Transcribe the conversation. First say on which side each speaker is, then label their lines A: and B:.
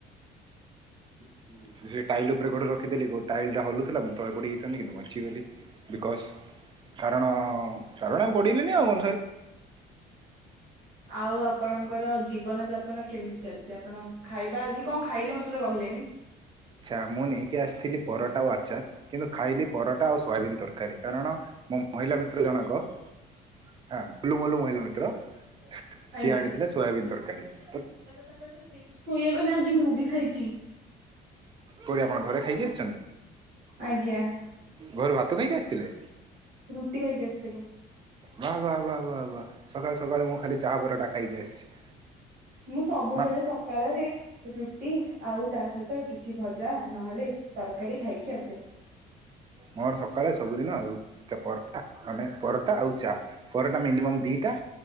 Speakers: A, on the right (about 80°); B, on the right (about 30°).
A: <unintelligible>
B: ସେ ସେ ଟାଇଲ ଉପରେ ଗୋଡ ରଖିଦେଲି, ଗୋ ଟାଇଲ ଟା ହଲୁଥିଲା ମୁଁ ତଳେ ପଡିଯାଇଥାନ୍ତି କିନ୍ତୁ ବ ଞ୍ଚିଗଲି ବିକଯ୍ କାରଣ କାରଣ ପଡିଲିନି ଆଉ କ
A: ଆଉ ଆପଣ ଙ୍କର ଜୀବନ ଯାପନ କେମିତି ଚାଲିଛି? ଆପଣ ଖାଇବା ଆଜି କଣ ଖାଇଲେ ମତେ ତ କହିଲେନି?
B: ଛା ମୁଁ ନେଇକି ଆସିଥିଲି ପରଟା ଆଉ ଆଚାର କିନ୍ତୁ ଖାଇଲି ପରଟା ଆଉ ସୋୟାବିନ ତରକାରୀ, କାରଣ ମୋ ମହିଳା ମିତ୍ର ଜଣକ ହାଁ, ଗୋଲୁ ମୋଲୁ ମହିଳା ମିତ୍ର ସିଏ
A: ଆଜ୍ଞା
B: ଆଣିଥିଲେ ସୋୟାବିନ୍ ତରକାରୀ
A: <unintelligible>
B: ତ
A: ସୋୟାବିନି ଆଜି ମୁଁ ବି ଖାଇଛି।
B: କୋଉଠି ଆପଣ ଘରେ ଖାଇକି ଆସ
A: ଆଜ୍ଞା।
B: ଘରୁ ଭାତ ଖାଇକି ଆସିଥିଲେ?
A: ରୁଟି ଖାଇକି ଆସିଥିଲି।
B: ବା ବା ବା ବା ବା ସକାଳୁ ସକାଳୁ ମୁଁ ଖାଲି ଚାହା ପରଟା ଖାଇକି ଆସିଛି।
A: ମୁଁ ସବୁବେଳେ
B: ମା
A: ସକାଳରେ ରୁଟି ଆଉ ତା ସହିତ ତ କିଛି ଭଜା ନହେଲେ ତରକାରୀ ଖାଇକି ଆସେ।
B: ମୋର ସକାଳେ ସବୁଦିନ ରୁଟ୍ ପରଟା୍ ମାନେ ପରଟା ଆଉ ଚା ପରଟା ମିନିମମ୍ ଦିଟା